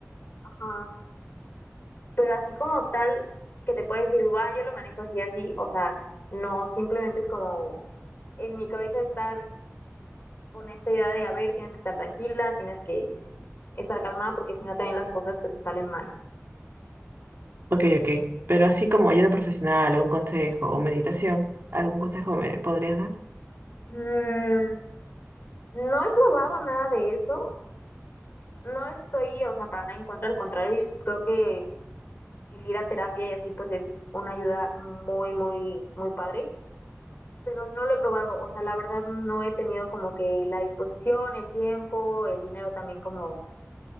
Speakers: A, on the left; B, on the right.
A: ajá, pero así como tal, que te puedo decir, va, yo lo manejo así, así, o sea, no, simplemente es como en mi cabeza estar con esta idea de, a ver, tienes que estar tranquila, tienes que estar calmada, porque si no también las cosas pues te salen mal.
B: Ok, ok. Pero así como ayuda profesional o un consejo o meditación, ¿algún consejo me podrías dar?
A: Mm, no he probado nada de eso, no estoy, o sea, para nada en contra, al contrario, creo que el ir a terapia y así pues es una ayuda muy, muy, muy padre pero no lo he probado. O sea, la verdad no he tenido como que la disposición, el tiempo, el dinero también como